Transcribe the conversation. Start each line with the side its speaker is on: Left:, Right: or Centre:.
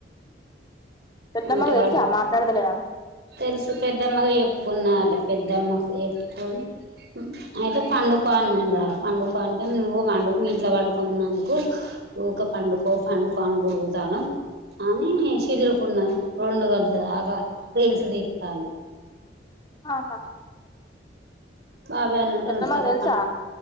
Left: పెద్దమ్మకు
Right: ఒంటిగాని
Left: తెలుసా మాట్లాడదలేదనీ
Right: తెలుసు పెద్దమ్మగు చెప్పుకున్నడు పెద్దమ్మకు చెప్పుకొని అయితే పండుకో అన్నారా పండుకో అంటే నువ్వు వండు మీ ఇంట్లో వండుకున్నందుకు ఊకే పండుకో పండుకో అను గొనుగుతున్నావ్ అని చిగురు. పన్న రెండు గంటల దాక రీల్స్ తిల్తాలు
Left: ఆహా
Right: బాబాయ్ అన్నాడు
Left: పెద్దమ్మకు
Right: రెండు సార్లు
Left: తెలుసా
Right: పం